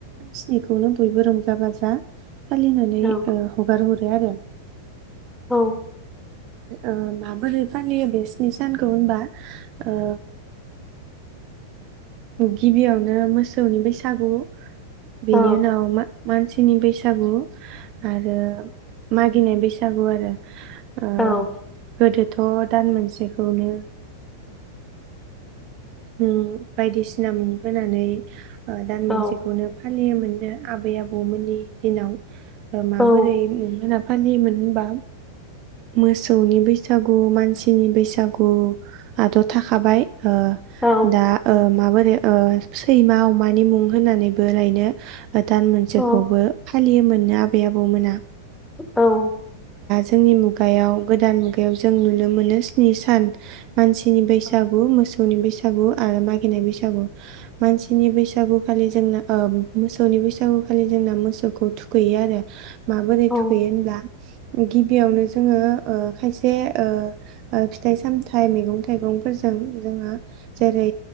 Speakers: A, on the right; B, in the centre.
A: स्निखौनो बयबो रंजा बाजा फालिनानै
B: औ
A: ओ हगार हरो बे आरो
B: औ औ
A: ओ माबोरै फालियो बे स्नि सानखौ होनबा ओ गिबियावनो मोसौनि बैसागु बिनि
B: औ
A: उनाव मा मानसिनि बैसागु आरो मा गिनाय बैसागु आरो आम
B: औ
A: गोदोथ' दान मोनसेखौनो ओम बायदिसिना मुं होनानै दान मोनसेखौनो
B: औ
A: फा फालियोननो आबै आबौमोननि दिनाव माबोरै
B: औ
A: <unintelligible> फालियोमोन होनबा मोसौनि बैसागु मानसिनि बैसागुआथ' थाखाबाय ओ
B: औ
A: दा ओ माबोन ए ओ सैमा अमानि मुं होननानैबो लायनो दान मोनसेखौबो
B: औ
A: फालियोमोननो बेै आबौ मोना।
B: औ औ
A: जोंनि मुगायाव गोदान मुगायाव जों नुनो मोनो स्नि सान मानसिनि बैसागु
B: औ
A: मोसौनि बैसागु बैसागु आरो मागिनाय बैसागु मानसिनि बैसागु खालि जोंना ओ मोसौनि बैसागु खालि जोंना मोसौखौ थुखैयो आरो माबोरै
B: औ
A: थु बेेनब्ला गि बियावनो जोंङो ओ खायसे ओ ओ फिथाइ सामथाय मैगं थाइगंफोरजों जोंङो जेरै